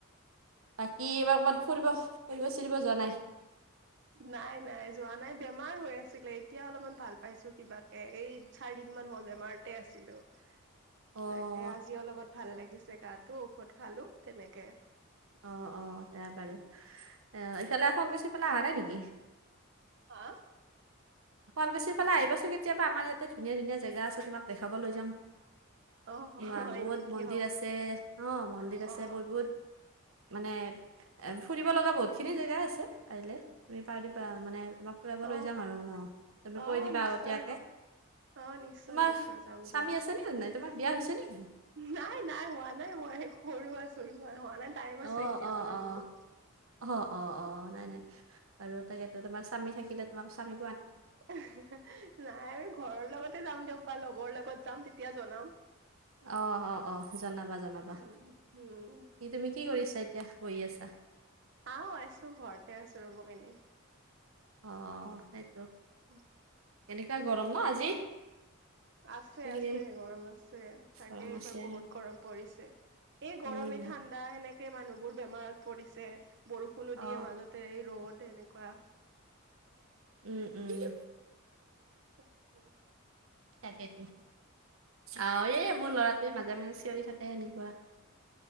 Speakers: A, on the right; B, on the right.
A: বাকী এইবাৰ ক'ৰবাত ফুৰিব ফুৰিব চৰিব যোৱা নাই?
B: নাই নাই যোৱা নাই বেমাৰ হৈ আছিলে এতিয়া অলপমান ভাল পাইছো কিবাকে এই চাৰি। দুদিন মান হ'ল বেমাৰতে আছিলো। তাকে
A: অ'
B: আজি অলপত ভাল লাগিছে গাটো ঔষধ খালো তেনেকে।
A: অ অ ত বাৰু আহ ইফালে ফলকুচি পেলাই অহা নাই নেকি
B: হা
A: শুৱালকুছিৰ ফালে আহিবাচোন কেতিয়াবা আমাৰ ইয়াতে ধুনীয়া ধুনীয়া জেগা আছে তোমাক দেখাব লৈ যাম
B: অ হয়
A: বা বহুত
B: নেকি
A: মন্দিৰ
B: অ
A: আছে অ মন্দিৰ আছে
B: অ
A: বহুত বহুত মানে এ ফুৰিব লগা বহুতখিনি জেগা আছে পাৰিল াৰ দিবা মানে তোমাক ফুৰাইব
B: অ
A: লৈ যাম আৰু ন তুমি
B: অ
A: কৈ দিবা
B: নিশ্চয়
A: আগতীয়য়াকে
B: হ অ নিশ্চয়
A: তোমাৰ
B: নিশ্চয় যাম
A: স্বামী
B: দিয়ক
A: আছে নে হয় তোমাৰ বিয়া হৈছে নেকি
B: নাই নাই হোৱা নাই মই সৰু আছো ইমান হোৱা নাই টাইম আছে
A: অ',
B: এতিয়া
A: অ',
B: বাৰু
A: অ',
B: এইবোৰ
A: অ অ অ নাই নাই বাৰু তাকেতো তোমাৰ স্বামী থাকিলে তোমাৰ স্বামী
B: নাই আমি ঘৰৰ লগতে যাম দিয়ক বা লগৰ লগত যাম তেতিয়া জনাম
A: অ অ অ জনাবা জনাবা
B: উম, উম,
A: কি তুমি কি কৰিছা এতিয়া হৈ আছা
B: আহ আছো ঘৰতে আছো ৰব কিনি
A: অ সেইটোো
B: উম
A: এনেকুৱা গৰম ন আজি
B: আছে
A: এইকেইদিন
B: আছে গৰম আছে তাকে
A: গৰম
B: এইবাৰ
A: আছে
B: বহুত গৰম পৰিছে এই গৰমেই
A: উম
B: ঠাণ্ডা সেনেকে ে মানুহ বোৰ বেমাৰত পৰিছে বৰষুণোদিয়ে
A: অ
B: মাজতে ৰ'দ এনেকুৱা
A: উম উম
B: তিক আ
A: তাকেইো অ এই মোৰ লৰাটোৱে মাজে মাজে চিঞৰি থাকে হেনক